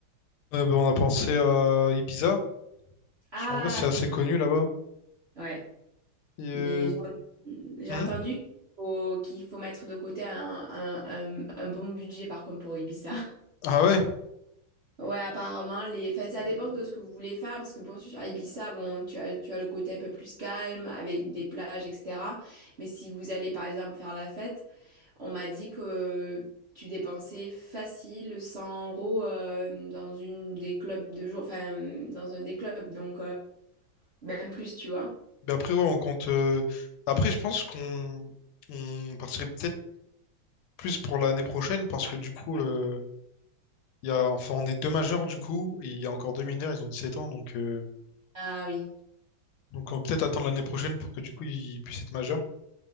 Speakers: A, on the left; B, on the right.
A: Euh, ben, on a pensé à Ibiza.
B: Ah,
A: Parce vrai c'est assez
B: ça,
A: connu là-bas.
B: c'est- ouais.
A: Et, euh,
B: Mais j'ai j'ai
A: hmm
B: entendu qu'il faut, qu'il faut mettre de côté un, un, un, un bon budget par contre pour Ibiza.
A: Ah ouais.
B: Ouais, apparemment, les... enfin, ça dépend de ce que vous voulez faire, parce que bon, sur Ibiza, bon, tu as, tu as le côté un peu plus calme, avec des plages, etc. Mais si vous allez, par exemple, faire la fête, on m'a dit que tu dépensais facile 100 euros euh, dans une des clubs de jour, enfin, dans un des clubs, donc euh, même plus, tu vois.
A: Ben après ouais on compte. euh, Après je pense qu'on on partirait peut-être plus pour l'année prochaine parce que du coup euh, il y a enfin on est deux majeurs du coup et il y a encore deux mineurs ils ont dix sept ans donc euh,
B: Ah oui,
A: donc on va peut-être attendre l'année prochaine pour que du coup ils puissent être majeurs.